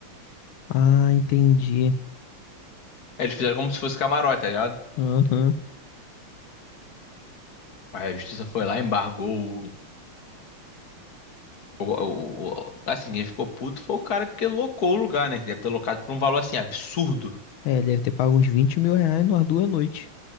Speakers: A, on the left; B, on the left.
A: Ah, entendi.
B: Aí eles fizeram como se fosse camarote, tá ligado?
A: Aham.
B: Aí a justiça foi lá, embargou O, o, o- assim, quem ficou puto foi o cara que locou o lugar, né? Que deve ter locado por um valor assim absurdo.
A: É, ele deve ter pago uns 20 mil reais numa duas noites.